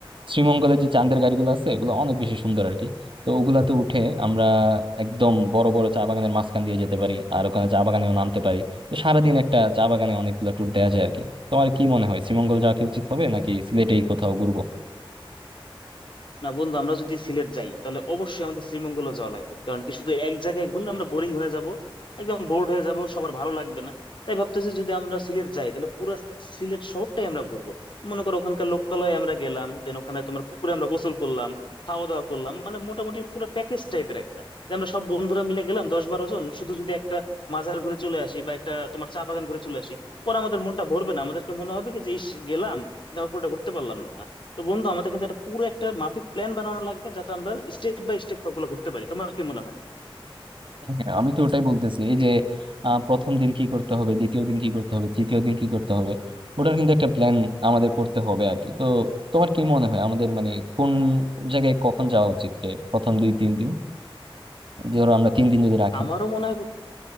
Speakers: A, on the right; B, on the left.
A: শ্রীমঙ্গলের
B: হুম।
A: যে চাঁদের গাড়িগুলো আছে ওগুলো অনেক বেশি সুন্দর আর কি তো ওগুলাতে উঠে আমরা একদম বড় বড় চা বাগানের মাঝখান দিয়ে যেতে পারি আর ওখানে চা বাগানেও নামতে পারি তো সারাদিন একটা চা বাগানে অনেকগুলো ট্যুর দেওয়া যায় আর কি তোমার কি মনে হয় শ্রীমঙ্গল যাওয়া কি উচিত হবে নাকি সিলেটেই কোথাও ঘুরবো
B: না বন্ধু আমরা যদি সিলেট যাই তাহলে অবশ্যই আমাদের শ্রীমঙ্গলে যাওয়া লাগবে কারণ কি শুধু এক জায়গায় ঘুরলে আমরা বোরিং হয়ে যাব একদম বোর্ড হয়ে যাব সবার ভালো লাগবে না তাই ভাবতেছি যদি আমরা সিলেট যাই তাহলে পুরো সিলেট শহরটাই আমরা ঘুরবো মনে করো ওখানকার লোকালয়ে আমরা গেলাম দেন ওখানে তোমার পুকুরে আমরা গোসল করলাম খাওয়া দাওয়া করলাম মানে মোটামুটি পুরো প্যাকেজ টাইপের একটা যে আমরা সব বন্ধুরা মিলে গেলাম দশ বারো জন শুধু যদি একটা মাজার ঘুরে চলে আসি বা একটা তোমার চা বাগান ঘুরে চলে আসি পরে আমাদের মনটা ভরবে না আমাদেরকে মনে হবে কি যে ইস গেলাম কিন্তু আমরা পুরোটা ঘুরতে পারলাম না তো বন্ধু আমাদের কিন্তু একটা পুরো একটা মাফিক প্ল্যান বানানো লাগবে যাতে আমরা স্টেপ বাই স্টেপ সবগুলো করতে পারি তোমার কি মনে হয়
A: হ্যাঁ আমি তো ওটাই বলতেছি এই যে আহ, প্রথম দিন কি করতে হবে দ্বিতীয় দিন কি করতে হবে তৃতীয় দিন কি করতে হবে ওটার কিন্তু একটা প্ল্যান আমাদের করতে হবে আর কি তো তোমার কি মনে হয় আমাদের মানে কোন জায়গায় কখন যাওয়া উচিত যে প্রথম দুই তিন দিন ধরো আমরা তিন দিন যদি রাখি
B: আমারও মনে হয়